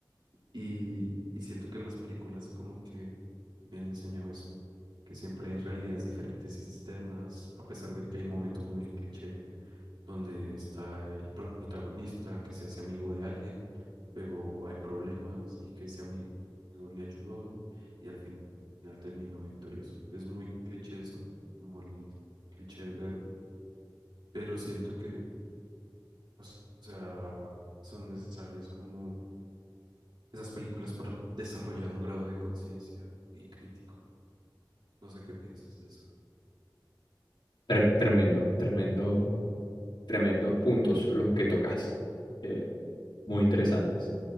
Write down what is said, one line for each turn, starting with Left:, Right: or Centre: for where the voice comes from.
Right: Y, y siento que las películas como que me han enseñado eso, que siempre hay realidades diferentes y externas, a pesar de que hay momentos muy cliché donde está el protagonista que se hace amigo de alguien, luego hay problemas y que ese amigo le ayudó y al final terminó victorioso. Es muy cliché eso, como el cliché del héroe, pero siento que, o sea, son necesarias como esas películas para desarrollar un grado de conciencia y crítico. No sé qué piensas de eso.
Left: Tre- tremendo, tremendo, tremendos puntos los que tocas. Eh, muy interesantes.